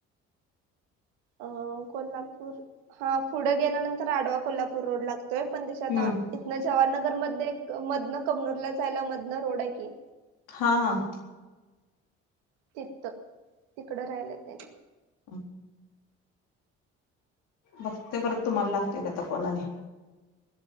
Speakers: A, on the right; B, on the left.
A: अं कोल्हापूर हां फुढं गेल्यानंतर आडवा कोल्हापूर रोड ला. तेय पण देशात
B: हम्म
A: आत, इथन जवाहरनगर मध्ये मधनं कबनूरला जायला मधनं रोड आय कि.
B: हां-हां
A: तितथ तिकडं, राहिलं त्यांनी.
B: हम्, बघते बर तुम्हाला लागते, का कॉल आणि,